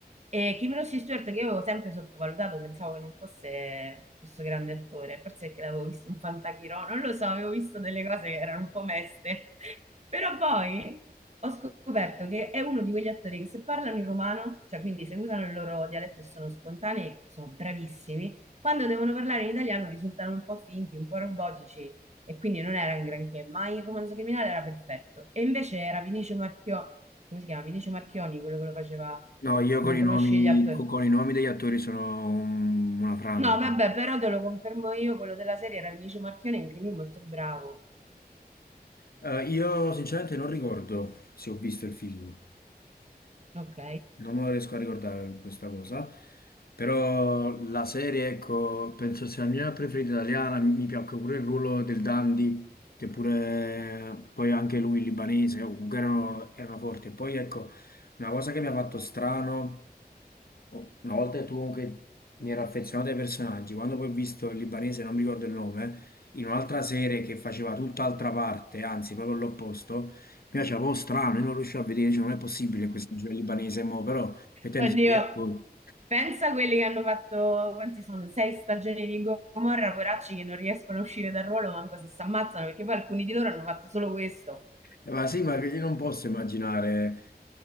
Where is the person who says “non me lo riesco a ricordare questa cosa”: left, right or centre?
Left